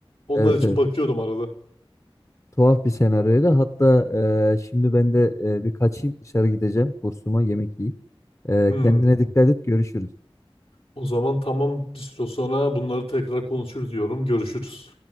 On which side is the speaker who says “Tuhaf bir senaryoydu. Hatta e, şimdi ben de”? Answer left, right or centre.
Left